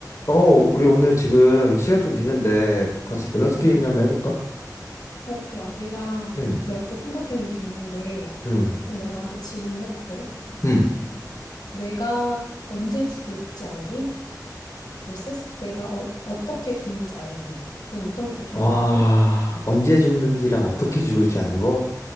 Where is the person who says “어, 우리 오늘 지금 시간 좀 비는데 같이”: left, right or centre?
Left